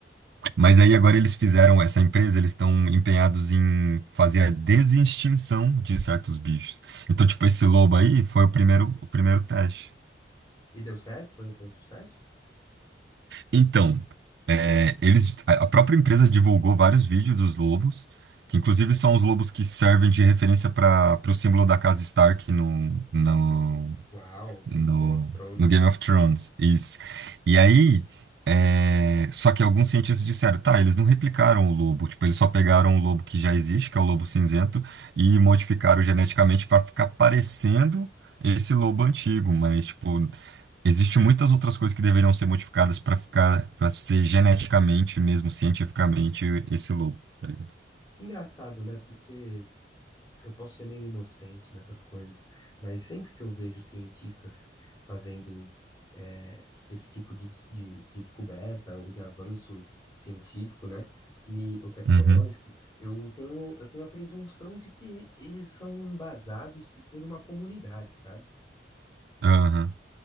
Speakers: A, on the right; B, on the left.
A: Mas aí agora eles fizeram, essa empresa, eles estão empenhados em fazer a desextinção de certos bichos. Então, tipo, esse lobo aí foi o primeiro, o primeiro teste.
B: E deu certo? Foi, foi um sucesso?
A: Então, é, eles, a a própria empresa divulgou vários vídeos dos lobos, que inclusive são os lobos que servem de referência para o símbolo da casa Stark no, no,
B: Uau,
A: no,
B: Game of Thrones.
A: no Game of Thrones. Isso. E aí, é, só que alguns cientistas disseram, tá, eles não replicaram o lobo, tipo, eles só pegaram o lobo que já existe, que é o lobo cinzento, e modificaram geneticamente para ficar parecendo esse lobo antigo, mas, tipo, Existem muitas outras coisas que deveriam ser modificadas para ficar, para ser geneticamente, mesmo cientificamente, esse lobo, tá ligado?
B: Que engraçado, né? Porque Eu posso ser meio inocente nessas coisas, mas sempre que eu vejo cientistas fazendo é, esse tipo de, de, de descoberta ou de avanço científico, né, me, ou tecnológico,
A: Uhum,
B: eu tenho, eu tenho a presunção de que eles são embasados por toda uma comunidade, sabe?
A: aham,